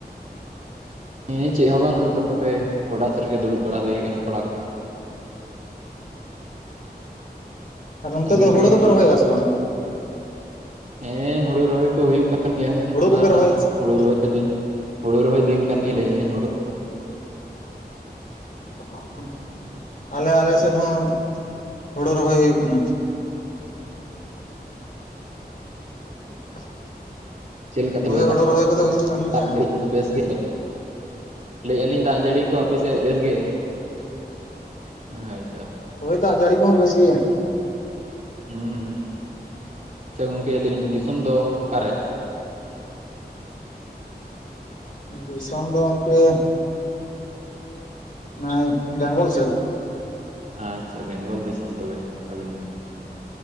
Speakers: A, on the right; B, on the left.
A: ᱦᱮᱸ ᱪᱮᱫ ᱦᱚᱸ ᱵᱟᱝ ᱱᱤᱛ ᱫᱚ ᱛᱮ ᱜᱚᱰᱟ ᱥᱮᱫ ᱨᱮᱜᱮ ᱫᱩᱲᱩᱵ ᱵᱟᱲᱟ ᱦᱩᱭ ᱠᱟᱱᱟ ᱠᱚᱲᱟ ᱠᱚ ᱾
B: ᱦᱩᱸ ᱱᱚᱱᱛᱮ
A: ᱟᱹᱵᱤᱱ
B: ᱫᱚ ᱦᱩᱲᱩ
A: ᱜᱮ
B: ᱫᱚᱯᱮ
A: ᱪᱮᱫ?
B: ᱨᱚᱦᱚᱭ ᱟᱜ ᱥᱮ ᱵᱟᱝᱼᱟ ᱾
A: ᱦᱮᱸ ᱦᱳᱲᱳ ᱨᱚᱦᱚᱭ ᱠᱚ ᱦᱩᱭᱩᱜ ᱠᱟᱱ ᱜᱮᱭᱟ ᱱᱤᱛ
B: ᱦᱳᱲᱳ
A: ᱢᱟ
B: ᱠᱚᱯᱮ ᱨᱚᱦᱚᱭᱮᱫᱼᱟ ᱥᱮ ᱵᱟᱝ
A: ᱦᱳᱲᱳ ᱨᱚᱦᱚᱭ ᱫᱤᱱ ᱾ ᱦᱳᱲᱳ ᱨᱚᱦᱚᱭ ᱫᱤᱱ ᱠᱟᱱ ᱜᱮ ᱞᱟᱹᱭ ᱟᱹᱞᱤᱧ ᱦᱳᱲᱳ ᱾
B: ᱚᱱᱟ ᱢᱟ ᱠᱟᱱ ᱟᱞᱮ ᱟᱞᱮ ᱥᱮᱫ ᱦᱚᱸ ᱦᱳᱲᱳ ᱨᱚᱦᱚᱭ ᱦᱳᱭᱳᱜ ᱠᱟᱱᱟ᱾ <inaudible>
A: ᱪᱮᱫ ᱞᱮᱠᱟ ᱛᱚᱵᱮ
B: ᱦᱳᱭ ᱦᱳᱲᱳ
A: ᱫᱟᱜ
B: ᱨᱚᱦᱚᱭ ᱠᱚᱫᱚ ᱦᱩᱭᱩᱜ ᱠᱟᱱ ᱜᱮᱭᱟ
A: ᱡᱟᱹᱲᱤ
B: ᱾
A: ᱵᱮᱥ ᱜᱮ ᱞᱟᱹᱭ ᱟᱹᱞᱤᱧ ᱫᱟᱜ ᱡᱟᱹᱲᱤ ᱠᱚ ᱟᱯᱮ ᱥᱮᱫ ᱵᱮᱥ ᱜᱮ? ᱦᱚᱭ ᱛᱚ᱾
B: ᱦᱳᱭ ᱫᱟᱜ ᱡᱟᱹᱲᱤ ᱠᱚᱦᱚᱸ ᱵᱮᱥ ᱜᱮᱭᱟ ᱾
A: ᱦᱩᱸᱦᱩᱸ ᱟᱪᱪᱷᱟ ᱜᱚᱝᱠᱮ ᱞᱟ. ᱭ ᱤᱧ ᱫᱤᱥᱚᱢ ᱫᱚ ᱚᱠᱟᱨᱮ?
B: ᱫᱤᱥᱚᱢ ᱫᱚ ᱜᱚᱝᱠᱮ ᱱᱟᱭ ᱵᱮᱝᱜᱚᱞ ᱥᱮᱫ
A: ᱟᱪᱪᱷᱟ ᱵᱮᱝᱜᱚᱞ ᱫᱤᱥᱚᱢ ᱛᱚᱵᱮ ᱟᱹᱵᱤᱱ ᱾